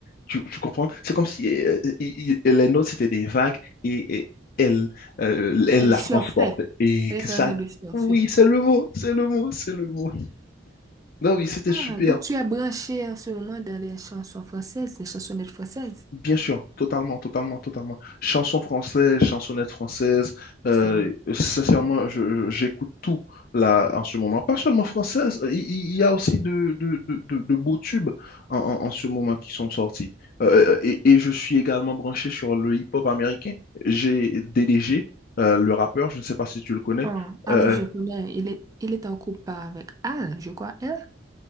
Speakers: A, on the left (about 50°); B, on the right (about 20°).
A: Tu, tu comprends? C'est comme si euh, il- il- les notes c'était des vagues et, et elle, euh, elle
B: Elle
A: la
B: surfait.
A: transporte. Et
B: Elle
A: que
B: est
A: ça,
B: en train de surfer.
A: oui, c'est le mot, c'est le mot, c'est le mot. Non, oui, c'était
B: Ah,
A: super.
B: donc tu es branché en ce moment dans les chansons françaises, les chansonnettes françaises.
A: Bien sûr, totalement, totalement, totalement. Chansons françaises, chansonnettes françaises, euh,
B: C'est...
A: sincèrement, je- je- j'écoute tout là en ce moment. Pas seulement françaises, il, il- il y a aussi de, de, de, de- de beaux tubes en, en- en ce moment qui sont sortis. Euh, euh, euh, et, et je suis également branché sur le hip-hop américain. J'ai DDG, euh, le rappeur, je ne sais pas si tu le connais.
B: Ah ah
A: Euh,
B: oui, je connais. Il est, il est en couple avec Al, je crois. Elle?